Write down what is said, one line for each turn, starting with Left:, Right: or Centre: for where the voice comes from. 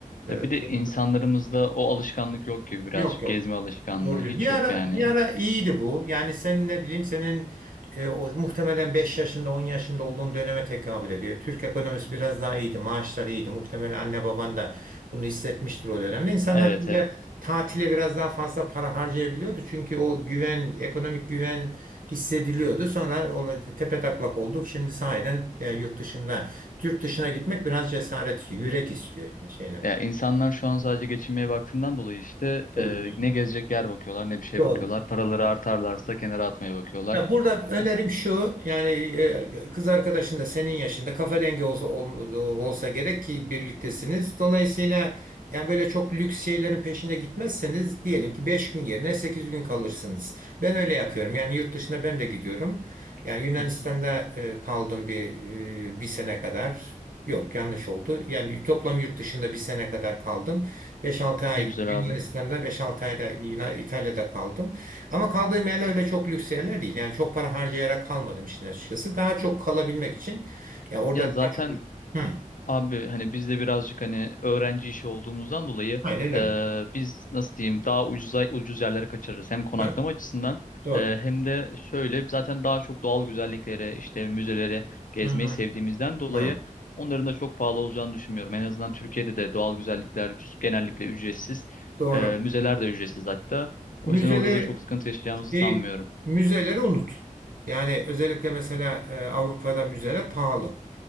Left: Ya bir
Right: e,
Left: de
Right: şey-
Left: insanlarımızda o alışkanlık yok gibi birazcık.
Right: yok yok.
Left: Gezme alışkanlığı
Right: Doğru diyor.
Left: hiç
Right: Bir ara
Left: yok yani.
Right: bir ara iyiydi bu. Yani senin ne bileyim senin e, o, muhtemelen 5 yaşında 10 yaşında olduğun döneme tekabül ediyor. Türk ekonomisi biraz daha iyiydi. Maaşlar iyiydi. Muhtemelen anne baban da bunu hissetmiştir o dönemde. İnsanlar
Left: Evet
Right: böyle
Left: evet.
Right: tatile biraz daha fazla para harcayabiliyordu. Çünkü o güven, ekonomik güven hissediliyordu. Sonra o tepetaklak olduk. Şimdi sahiden e, yurt dışında yurt dışına gitmek biraz cesaret istiyor, yürek istiyor yani şeyler.
Left: Ya insanlar şu an sadece geçinmeye baktığından dolayı işte
Right: Doğru
Left: e,
Right: diyorsun.
Left: ne gezecek yer bakıyorlar ne bir şey
Right: Doğru.
Left: bakıyorlar. Paraları artarlarsa kenara atmaya bakıyorlar.
Right: Ya burada önerim
Left: O-
Right: şu yani e, kız arkadaşın da senin yaşında kafa dengi olsa ol- olsa gerek ki birliktesiniz. Dolayısıyla yani böyle çok lüks şeylerin peşine gitmezseniz diyelim ki 5 gün yerine 8 gün kalırsınız. Ben öyle yapıyorum. Yani yurt dışına ben de gidiyorum. Yani Yunanistan'da
Left: Hı,
Right: e, kaldım bir e, bir sene kadar. Yok yanlış oldu. Yani toplam yurt dışında bir sene kadar kaldım. Beş altı ay
Left: Ne güzel
Right: Yunanistan'da
Left: abi.
Right: beş altı ayda Yunan- İtalya'da kaldım. Ama kaldığım yerler öyle çok lüks yerler değil. Yani çok para harcayarak kalmadım işin açıkçası. Daha çok kalabilmek için ya orada
Left: Ya zaten
Right: daha çok... Hı,
Left: Abi hani biz de birazcık hani öğrenci işi olduğumuzdan dolayı
Right: aynen öyle.
Left: e, biz nasıl diyeyim daha ucuza ucuz yerlere kaçırırız. Hem konaklama
Right: Evet,
Left: açısından
Right: doğru.
Left: e, hem de şöyle zaten daha çok doğal güzelliklere işte müzeleri gezmeyi
Right: Hı, hı,
Left: sevdiğimizden dolayı
Right: hı,
Left: onların da çok pahalı olacağını düşünmüyorum. En azından Türkiye'de de doğal güzellikler üc- genellikle ücretsiz.
Right: doğru.
Left: E, müzeler de ücretsiz hatta. O
Right: Müzeleri
Left: yüzden orada da çok sıkıntı yaşayacağımızı
Right: şey,
Left: sanmıyorum.
Right: müzeleri unut. Yani özellikle mesela e, Avrupa'da müzeler pahalı.